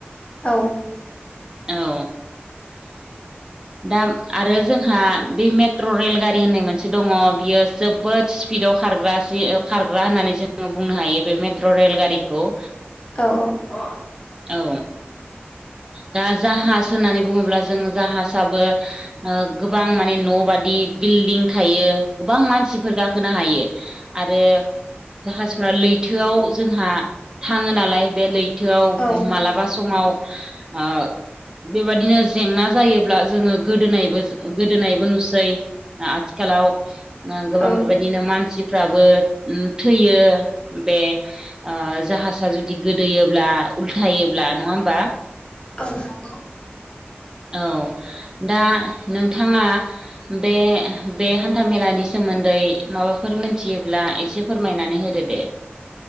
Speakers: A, on the left; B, on the right.
A: औ
B: औ दा आरो जोंहा बे मेट्र' रेलगारि रि होननाय मोनसे दङ बियो जोबोद स्पिडाव खारग्रा जि ओ खारग्रा होननानै जोङो बुंनो हायो बे मेट्र' रेलगारिखौ।
A: औ औ
B: औ दा जाहाज होननानै बुंङोब्ला जों जाहासाबो ओ गोबां माने न' बादि बिल्डिं थायो गोबां मानसिफोर गाखोनो हायो आरो जाहाजफ्रा लैथोआव जोंहा थांङो नालाय बे लैथोआव
A: औ
B: मालाबा समाव ओ बेबायदिनो जेंना जायोब्ला जोङो गोदोनायबोज गोदोनायबो नुसै। आ आथिखालाव ओ गोबां
A: औ
B: बेबायदिनो मानसिफ्राबो उम थैयो बे ओ जाहाजा जुदि गोदोयोब्ला उल्थायोब्ला नङा होमबा?
A: औ
B: औ दा नोंथाङा बे बे हान्था मेलानि सोमोन्दै माबाफोर मोनथियोब्ला एसे फोरमायनानै होदो दे।